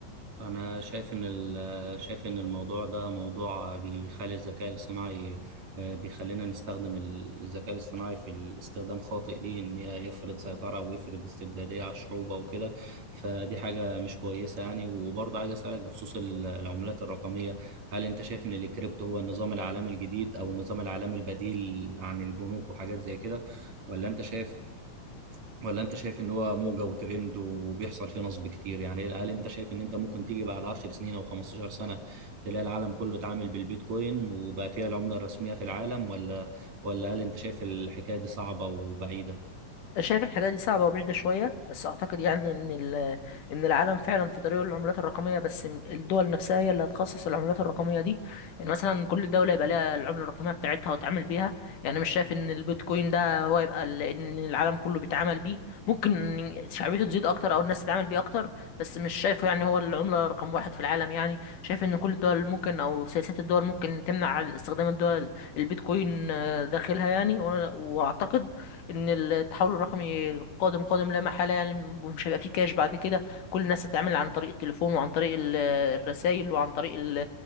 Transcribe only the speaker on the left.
شايف الحكايه دي صعبه وبعيده شويه بس اعتقد يعني ان ال- ان العالم فعلا في طريق العملات الرقميه بس م- الدول نفسها هي اللي هتخصص العملات الرقميه دي يعني مثلا كل دوله يبقى ليها العمله الرقميه بتاعتها وتعامل بيها يعني مش شايف ان البيتكوين ده هو يبقى ال- ان العالم كله بيتعامل بيه ممكن شعبيته تزيد اكتر او الناس تتعامل بيه اكتر بس مش شايفه يعني هو العمله رقم واحد في العالم يعني شايف ان كل الدول ممكن او سياسات الدول ممكن تمنع استخدام الدول البيتكوين آه، داخلها يعني وأنا- واعتقد ان التحول الرقمي قادم قادم لا محاله يعني ومش هيبقى فيه كاش بعد كده كل الناس هتتعامل عن طريق التليفون وعن طريق الرسائل وعن طريق ال-